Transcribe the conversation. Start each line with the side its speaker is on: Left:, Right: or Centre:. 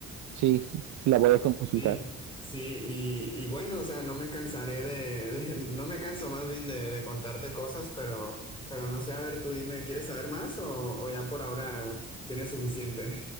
Right: sí, la voy a consultar.
Left: Sí, sí, y, y bueno, o sea, no me cansaré de, de- no me canso más bien de, de contarte cosas, pero, pero no sé, a ver, tú dime, ¿quieres saber más o, o ya por ahora tienes suficiente?